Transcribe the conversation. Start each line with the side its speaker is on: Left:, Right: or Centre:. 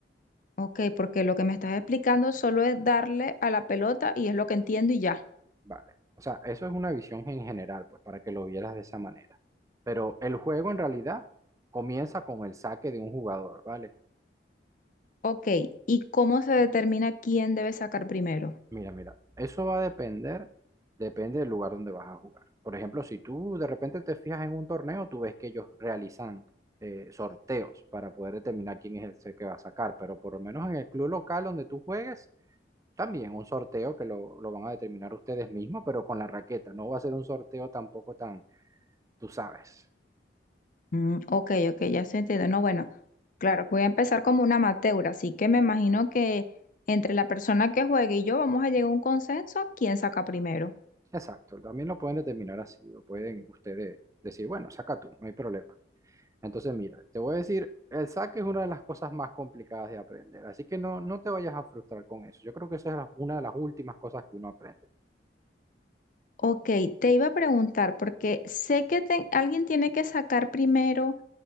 Left: Ok, porque lo que me estás explicando solo es darle a la pelota y es lo que entiendo y ya.
Right: Vale. O sea, eso es una visión en general, pues para que lo vieras de esa manera. Pero el juego en realidad comienza con el saque de un jugador, ¿vale?
Left: Ok, ¿y cómo se determina quién debe sacar primero?
Right: Mira, mira, eso va a depender, depende del lugar donde vas a jugar. Por ejemplo, si tú de repente te fijas en un torneo, tú ves que ellos realizan eh, sorteos para poder determinar quién es el que va a sacar, pero por lo menos en el club local donde tú juegues, también un sorteo que lo, lo van a determinar ustedes mismos, pero con la raqueta. No va a ser un sorteo tampoco tan, tú sabes.
Left: Mm, ok, ok, ya estoy entendiendo. No, bueno, claro, voy a empezar como una amateur, así que me imagino que entre la persona que juegue y yo vamos a llegar a un consenso, quién saca primero.
Right: Exacto, también lo pueden determinar así, lo pueden ustedes decir, bueno, saca tú, no hay problema. Entonces, mira, te voy a decir, el saque es una de las cosas más complicadas de aprender, así que no, no te vayas a frustrar con eso. Yo creo que esa es la- una de las últimas cosas que uno aprende.
Left: Ok, te iba a preguntar, porque sé que te- alguien tiene que sacar primero